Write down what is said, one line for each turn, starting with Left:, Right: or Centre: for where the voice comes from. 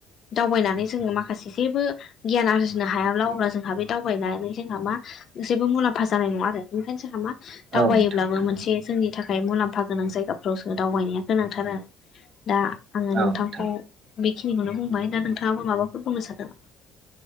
Left: दावबायनानै जोङो माखासे जेबो गियान आरजिनो हायाब्ला अब्ला जोंहा बे दावबायनानै जोंहा मा जेबो मुलाम्फा जानाय नङा आरो ओखायनो जोंहा मा दावबायोब्लाबो
Right: नोंथां थारैनो
Left: मोनसे जोंनि थाखाय मुलाम्फा गोनां जायगाफ्राव जों दावबायनाया गोनांथार दा आङो नोंथांखौ
Right: औ नोंथां
Left: बेखिनिखौनो बुंबाय दा नोंथाङाबो माबाफोर बुंनो सानदों